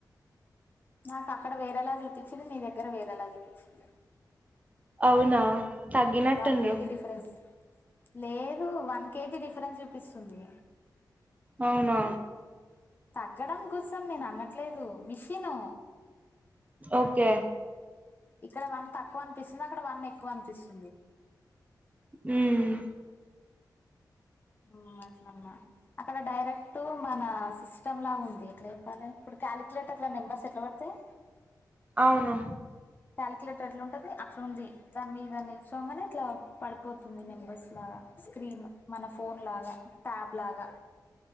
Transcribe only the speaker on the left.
నాకు అక్కడ వేరేలా చూపించింది మీ దగ్గర వేరేలా చూపించింది
వన్ కేజీ డిఫరెన్స్ లేదు వన్ కేజీ డిఫరెన్స్ చూపిస్తుంది
తగ్గడం కోసం నేను అన్నట్లేదు మిషిను
ఇక్కడ వన్ తక్కువ అనిపిస్తుంది అక్కడ వన్ ఎక్కువ అనిపిస్తుంది
ఆ అట్లా అన్న అక్కడ డైరెక్ట్ మన సిస్టమ్ లా ఉంది ఎట్లా చెప్పాలి ఇప్పుడు కాలిక్యలేటర్ నెంబర్స్ ఎట్లా పడతాయి
కాలిక్యులేటర్ ఎట్లా ఉంటది అట్లా ఉంది దాని మీద నిలుచోంగానే ఇట్లా పడిపోతుంది తొమ్మిది మెంబర్స్ లాగా స్క్రీన్ మన ఫోన్ లాగా ట్యాబ్ లాగా